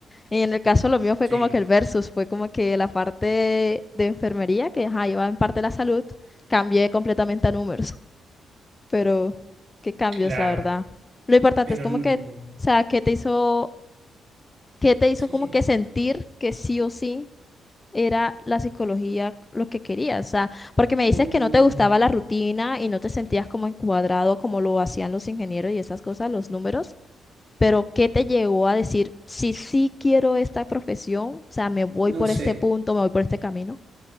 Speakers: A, on the left (about 20°); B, on the right (about 50°).
A: Y en el caso lo mío fue
B: sí,
A: como que el versus, fue como que la parte de enfermería, que ajá, iba en parte de la salud, cambié completamente a números. <laughs> Pero qué cambios,
B: claro,
A: la verdad. Lo importante
B: pero
A: es como
B: mm,
A: que, o sea, qué te hizo, qué te hizo
B: sí,
A: como
B: sí.
A: que sentir que sí o sí era la psicología lo que querías. O sea, porque me dices
B: Mm,
A: que no te gustaba la rutina y no te sentías como encuadrado como lo hacían los ingenieros y esas cosas, los números. Pero, ¿qué te llevó a decir, sí sí quiero esta profesión, o sea, me voy por
B: No
A: este
B: sé,
A: punto, me voy por este camino?